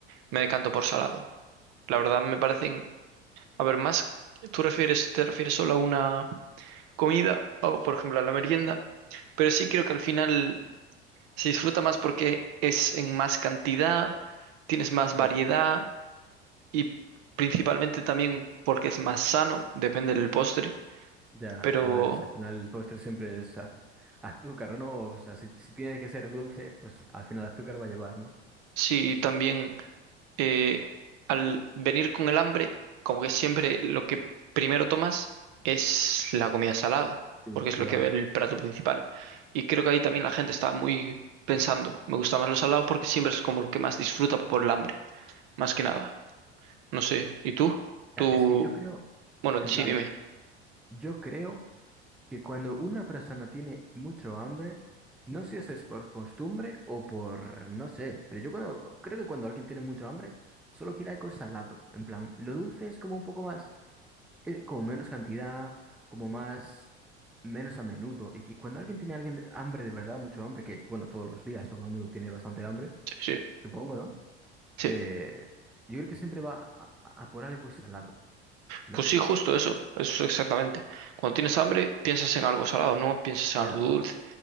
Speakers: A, on the right; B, in the centre.
A: me decanto por salado. La verdad me parecen, a ver, más, tú refieres, te refieres solo a una comida o, por ejemplo, a la merienda, pero sí creo que al final se disfruta más porque es en más cantidad, tienes más variedad
B: Hmm.
A: y principalmente también porque es más sano, depende del postre,
B: Ya,
A: pero
B: a ver, si al final el postre siempre es a- azúcar, ¿no? O sea, si, si tiene que ser dulce, pues al final azúcar va a llevar, ¿no?
A: sí, también eh, al venir con el hambre, como que siempre lo que primero tomas es la comida salada,
B: Sí.
A: porque es
B: Salado.
A: lo que el plato principal. Y creo que ahí también la gente está muy pensando, me gusta más lo salado porque siempre es como lo que más disfruta por el hambre, más que nada. No sé, ¿y tú? Tú,
B: Ya, Es que yo creo,
A: bueno,
B: en
A: sí,
B: plan,
A: dime.
B: yo creo que cuando una persona tiene mucho hambre, no sé si es por costumbre o por, no sé, pero yo cuando, creo que cuando alguien tiene mucho hambre, solo quiere algo salado. En plan, lo dulce es como un poco más... eh, como menos cantidad, como más, menos a menudo. Y que cuando alguien tiene alguien hambre de verdad, mucho hambre, que bueno, todos los días todo el mundo tiene bastante hambre,
A: Sí, sí.
B: supongo, ¿no?
A: Sí.
B: Eh, yo creo que siempre va a, a por algo salado, ¿no?
A: Pues sí, justo eso, eso exactamente. Cuando tienes hambre, piensas en algo salado, no piensas
B: Ya.
A: en algo dulce.